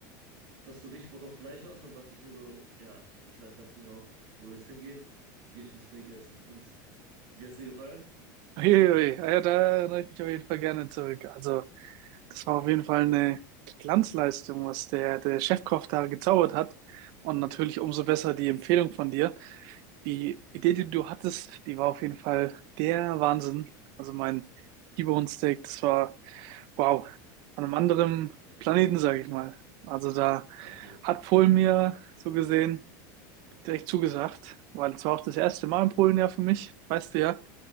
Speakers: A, on the right; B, on the right.
A: dass du richtig Bock auf Fleisch hast. Dann dachte ich mir so, ja, ich weiß ganz genau, wo wir jetzt hingehen. Wir gehen schön Steak essen. Und wie hat's dir gefallen?
B: Ui, ui. Ah Ja, da erinnere ich mich auf jeden Fall gerne zurück. Also, das war auf jeden Fall eine Glanzleistung, was der, der Chefkoch da gezaubert hat. Und natürlich umso besser die Empfehlung von dir. Die Idee, die du hattest, die war auf jeden Fall der Wahnsinn. Also mein T-Bone Steak, das war wow, an einem anderen
A: Ja,
B: Planeten, sage ich mal. Also da
A: danke.
B: hat Polen mir so gesehen direkt zugesagt, weil es war auch das erste Mal in Polen ja für mich, das weißt du ja.